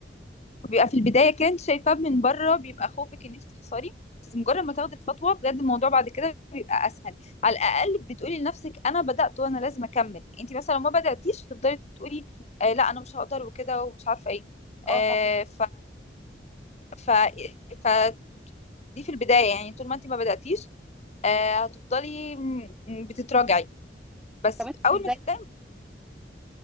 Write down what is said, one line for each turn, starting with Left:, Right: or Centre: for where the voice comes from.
Left: بيبقى في البدايه كده انت شايفاه من بره بيبقى خوفك ان انت تخسري بس مجرد ما تاخدي الخطوه بجد الموضوع بعد كده بيبقى اسهل على الاقل بتقولي لنفسك انا بدات وانا لازم اكمل انت مثلا لو ما بداتيش تفضلي تقولي آه لا انا مش هقدر وكده ومش عارفه ايه
Centre: اه
Left: آه
Centre: فاهمة.
Left: ف ف ف دي في البدايه يعني طول ما انت ما بداتيش آه هتفضلي م- م- بتتراجعي بس
Centre: طب انت
Left: اول
Centre: ازاي
Left: ما تبداي